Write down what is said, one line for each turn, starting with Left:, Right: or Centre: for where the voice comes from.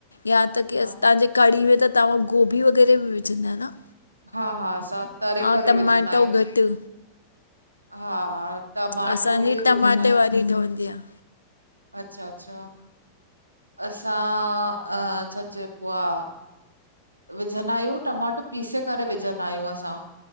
Left: या त केस
Right: हा
Left: तांजे कड़ी में त तव्हां गोभी वग़ैरह भी विझंदा आयो न?
Right: हा हा असां तरे करे
Left: ऐं टमाटो
Right: विझंदा आहियूं।
Left: घटि
Right: हा, टमाटो
Left: असांजी
Right: बि
Left: टमाटे
Right: विझंदा आहियूं।
Left: वारी ठहंदी आहे
Right: अच्छा अच्छा, असां छा चइबो आहे विझंदा आहियूं टमाटो पीसे करे विझंदा आहियूं असां।